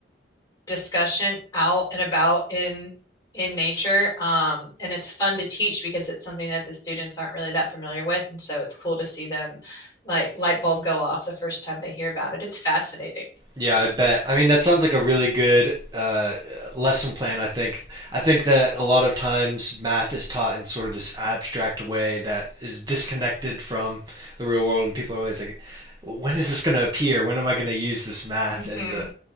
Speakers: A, on the left; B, on the right.
A: discussion out and about in in nature. Um, and it's fun to teach because it's something that the students aren't really that familiar with. And so it's cool to see them like light bulb go off the first time they hear about it. It's fascinating.
B: Yeah, I bet. I mean, that sounds like a really good uh, lesson plan, I think. I think that a lot of times math is taught in sort of this abstract way that is disconnected from the real world, and people are always like, when is this going to appear? When am I going to use this math?
A: hmm
B: And uh,